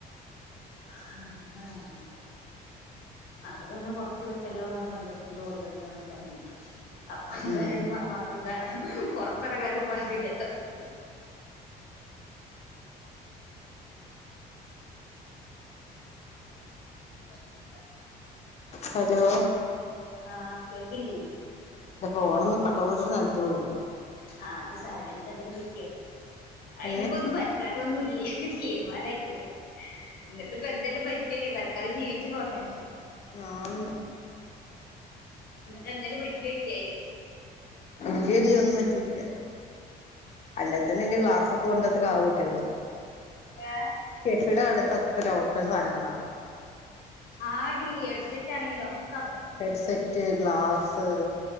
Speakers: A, on the left; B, on the left.
A: <unintelligible> അവര് ഒന്ന് പൊറത്തു വിട്ടല്ലോ ഇന്ന്ള്ള സന്തോഷത്തിൽ ഓടി കളിക്കാൻ വേണ്ടിട്ടറ്ങ്ങ് ണെ അപ്പൊ
B: ഉം
A: വേറു മമാകം കാര്ണം പൊറത്തെറങ്ങാനും പകല്ലാത്രേ <inaudible> <unintelligible>
B: ഹലോ
A: ആഹ് കേക്കില്ലേ?
B: എന്റെ ഫോൺ ഒന്ന് പടോച്ചിട്ട് നെലത്തു വീണ്.
A: ആ അത് സാരല്യാ ന്നിട്ട് എന്തേലും പറ്റിയോ അയിനിപ്പൊന്നും
B: ഏഹ്
A: പറ്റി അതൊന്നുഇല്ല തീരുമാനയിക്കുണു എന്നിട്ട് ഇപ്പ എന്തെലും പറ്റിയെ തൽക്കാലം ജീവിച്ചു പോട്ടെ
B: ആഹ്
A: ന്നിട്ടെന്തേലും പറ്റിയൊക്കിയേ അയിന്
B: ഇല്ലെടി ഒന്നും പറ്റിയിട്ടില്ല അല്ലാത്തിന്നെ എന്റെ ഗ്ലാസ് കൊണ്ടക്കെ ആപോട്ടിരുന്നു.
A: ഏ
B: കെഎഫിയുടെ അടുത്തൊക്കെ ലോക്കൽ സാധനങ്ങളാ.
A: ആടി ഹെഡ്സെറ്റാണെങ്കിലും ഒക്കെ അതെ.
B: ഹെഡ്സെറ്റ് ഗ്ലാസ്